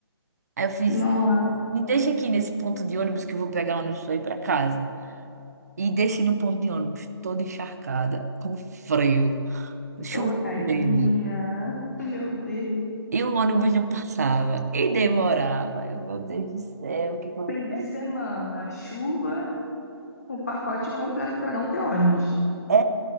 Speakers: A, on the right; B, on the left.
A: Aí eu fiz,
B: Nossa,
A: me deixa aqui nesse ponto de ônibus que eu vou pegar ônibus pra ir pra casa. E desci no ponto de ônibus, toda encharcada, com frio, chovendo.
B: ô, tadinha. Meu Deus.
A: E o ônibus não passava, e demorava. Eu, meu Deus do céu, o que é que eu
B: Fim
A: vou
B: de semana, chuva, um pacote completo pra não ter ônibus.
A: É,